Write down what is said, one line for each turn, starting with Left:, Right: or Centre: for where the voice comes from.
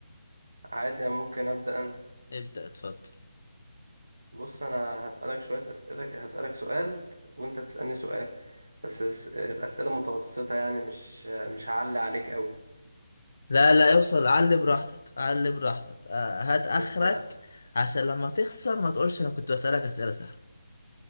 Right: عادي ممكن ابدأ انا
Left: ابدأ اتفضل
Right: بص انا هسألك شوية اسئلة هسألك سؤال وانت تسألني سؤال بس الس- الأسئلة متوسطة يعني مش مش هعلي عليك قوي
Left: لا لا اوصل علي براحتك علي براحتك آه، هات اخرك
Right: ده انت
Left: عشان لما تخسر ما تقولش انا كنت بسألك اسئلة سهلة